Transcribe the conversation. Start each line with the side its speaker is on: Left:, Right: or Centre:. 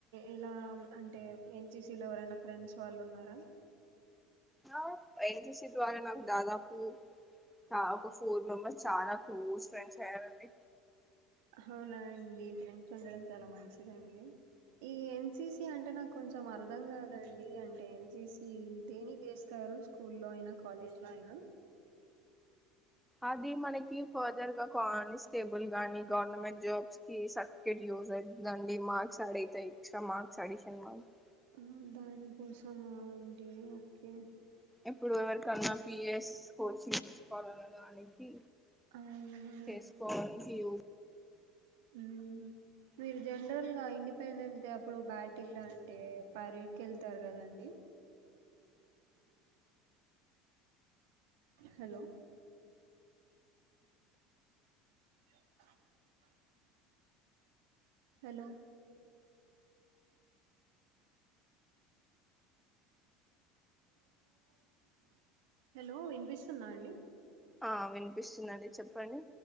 Right: ఇలా అంటే ఎన్సిసి లో ఎవరైనా ఫ్రెండ్స్ వాళ్ళు ఉన్నారా
Centre: ఆ ఎన్సిసీ ద్వారా నాకు దాదాపు చ ఒక ఫోర్ మెంబర్స్ చాలా క్లోజ్ ఫ్రెండ్స్ అయ్యారండి
Right: అవునా అండి ఫ్రెండ్స్ ఉండడం చాలా మంచిదండి ఈ ఎన్సిసి అంటే నాకు కొంచెం అర్థం కాదండి అంటే ఎన్సిసి దేనికి చేస్తారు స్కూల్లో అయినా కాలేజ్ లో అయినా
Centre: అది మనకి ఫర్దర్ గా కానిస్టేబుల్ గాని గవర్నమెంట్ జాబ్స్ కి స ర్టిఫికెట్ యూస్ అయితాదండి మార్క్స్ అడైతే ఎక్స్ట్రా మార్క్స్ అడిషన్ మార్ <unintelligible>
Right: ఆమ్ దాని కోసమా అండి ఓకే
Centre: ఎప్పుడు ఎవరికన్నా పిఎఎస్ కోచింగ్ తీసుకోవాలన్న దానికి
Right: అవునా
Centre: చేసుకొనికి యూస్
Right: ఉహు మీరు జనరల్ గా ఇండిపెండెన్స్ అప్పుడు బ్యాటిల్లు అంటే పరేడ్ కి వెళ్తారు కదండి హలో <inaudible> హలో హెలో వినిపిస్తుంద అండి
Centre: ఆ వినిపిస్తుందండి చెప్పండి